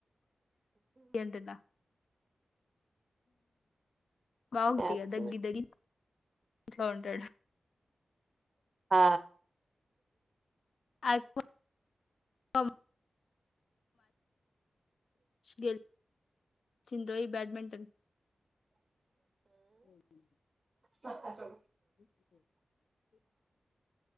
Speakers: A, on the left; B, on the right.
A: అంటున్న బాగుటిగా
B: చేస్తున్నా
A: దగ్గి దగ్గి ఇంట్లో ఉంటాడు
B: ఆ
A: అపో <unintelligible> గెలిచిన్రోయ్ బ్యాట్మెంటన్ ఉహు
B: మక్కతో
A: <unintelligible>